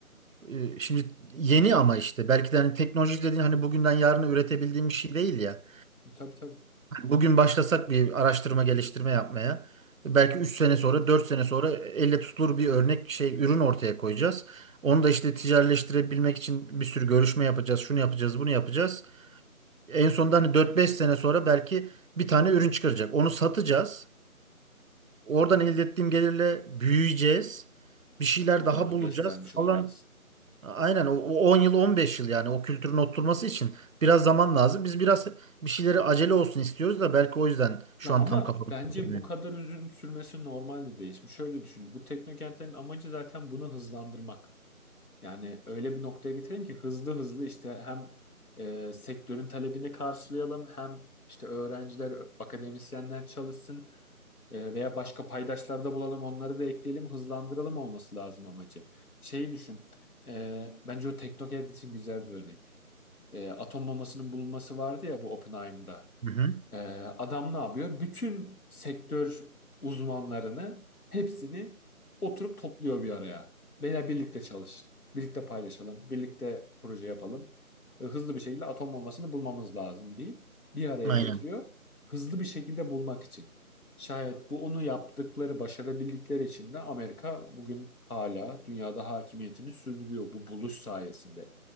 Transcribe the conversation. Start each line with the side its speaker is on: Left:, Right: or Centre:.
Right: Ee, Şimdi yeni ama işte belki de hani teknoloji dediğin hani bugünden yarına üretebildiğim bir şey değil ya.
Left: E, Tabii tabii.
Right: Bugün başlasak bir araştırma geliştirme yapmaya. Belki 3 sene sonra, 4 sene sonra elle tutulur bir örnek şey ürün ortaya koyacağız. Onu da işte ticaretleştirebilmek için bir sürü görüşme yapacağız. Şunu yapacağız, bunu yapacağız. En sonunda hani dört beş sene sonra belki bir tane ürün çıkaracak. Onu satacağız. Oradan elde ettiğim gelirle büyüyeceğiz. Bir şeyler
Left: O
Right: daha
Left: zaman
Right: bulacağız
Left: göstermiş
Right: falan.
Left: olacaksın.
Right: Aynen o o 10 yıl 15 yıl yani o kültürün oturması için biraz zaman lazım. Biz biraz bir şeyleri acele olsun istiyoruz da belki o yüzden şu
Left: Ya ama
Right: an tam kafamız
Left: bence
Right: oturmuyor.
Left: bu kadar uzun sürmesi normalde değişmiş. Şöyle düşün. Bu teknokentlerin amacı zaten bunu hızlandırmak. Yani öyle bir noktaya getirelim ki hızlı hızlı işte hem e, sektörün talebini karşılayalım hem işte öğrenciler, akademisyenler çalışsın e, veya başka paydaşlar da bulalım onları da ekleyelim hızlandıralım olması lazım amacı. Şeyi düşün. E, bence o teknokent için güzel bir örnek. E, atom bombasının bulunması vardı ya bu Oppenheimer'da.
Right: Hı hı.
Left: Ee, adam ne yapıyor? Bütün sektör uzmanlarını hepsini oturup topluyor bir araya. Beyler birlikte çalışın. Birlikte paylaşalım. Birlikte proje yapalım. Ee, hızlı bir şekilde atom bombasını bulmamız lazım deyip bir araya
Right: Aynen.
Left: getiriyor. Hızlı bir şekilde bulmak için. Şayet bu onu yaptıkları, başarabildikleri için de Amerika bugün hala dünyada hakimiyetini sürdürüyor bu buluş sayesinde.